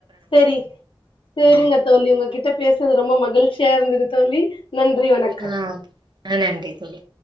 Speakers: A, on the left; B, on the right.
A: செரி செரிங்க தோழி உங்ககிட்ட பேசுறது ரொம்ப ம- மகிழ்ச்சியா இருந்தது தோழி நன்றி வணக்கம்
B: ஆ ஆ நன்றி தோழி